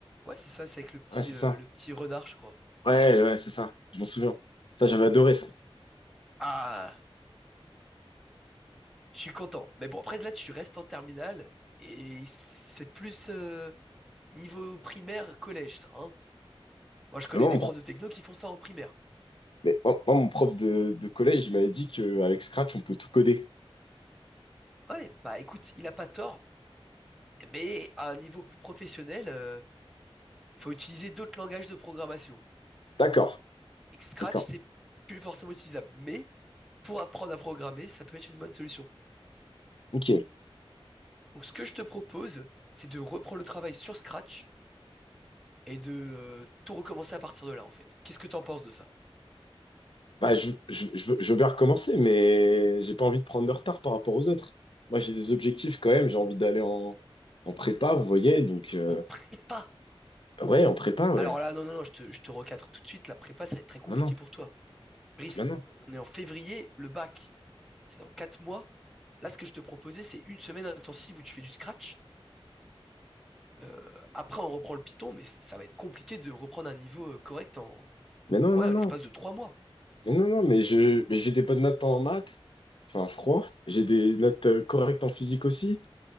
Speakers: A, in the centre; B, on the left (about 60°).
A: Ouais, c'est ça, c'est avec le petit,
B: Ah, c'est
A: euh,
B: ça.
A: le petit renard, je crois.
B: Ouais, ouais, c'est ça. Je m'en souviens. Ça, j'avais adoré ça.
A: Ah, je suis content. Mais bon, après, là, tu restes en terminale et c'est plus, euh, Niveau primaire, collège, ça, hein. Moi, je connais
B: Mais moi,
A: des
B: mon, pro-
A: profs de techno qui font ça en primaire.
B: mais moi, moi, mon prof de, de collège, il m'avait dit qu'avec Scratch, on peut tout coder.
A: Ouais, bah écoute, il a pas tort, mais à un niveau plus professionnel, euh, faut utiliser d'autres langages de programmation.
B: D'accord,
A: Et Scratch,
B: d'accord.
A: c'est plus forcément utilisable, mais pour apprendre à programmer, ça peut être une bonne solution.
B: Ok.
A: Donc, ce que je te propose, c'est de reprendre le travail sur Scratch et de euh, tout recommencer à partir de là, en fait. Qu'est-ce que t'en penses de ça?
B: Bah, je, je, je veux je veux bien recommencer, mais j'ai pas envie de prendre de retard par rapport aux autres. Moi, j'ai des objectifs quand même. J'ai envie d'aller en, en prépa, vous voyez. Donc, euh,
A: En prépa.
B: ouais, en prépa, ouais.
A: Alors là, non, non, non, je te, je te recadre tout de suite. La prépa, ça va être très
B: Ah,
A: compliqué
B: Maintenant,
A: pour toi. Brice,
B: Ah, maintenant.
A: on est en février, le bac. c'est dans quatre mois. Là, ce que je te proposais, c'est une semaine intensive où tu fais du scratch. Euh, après, on reprend le Python, mais ça va être compliqué de reprendre un niveau euh, correct en,
B: Mais non,
A: en-
B: non,
A: ouais, en
B: non.
A: l'espace de trois mois.
B: Mais non, non, mais je, mais j'ai des bonnes notes en maths. Enfin, je crois. J'ai des notes euh, correctes en physique aussi.